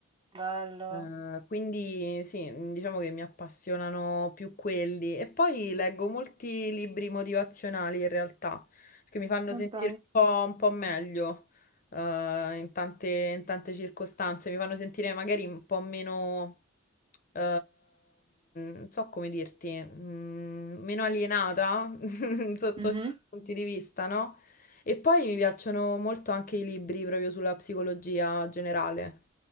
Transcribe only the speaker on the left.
Eh, quindi sì, mm, diciamo che mi appassionano più quelli. E poi leggo molti libri motivazionali in realtà, che mi fanno
sentire
un po', un po' meglio, eh, in tante, in tante circostanze. Mi fanno sentire magari un po' meno, ehm, non so come dirti, mm, meno alienata <laughs> sotto
certi punti di vista, no? E poi mi piacciono molto anche i libri proprio sulla psicologia generale.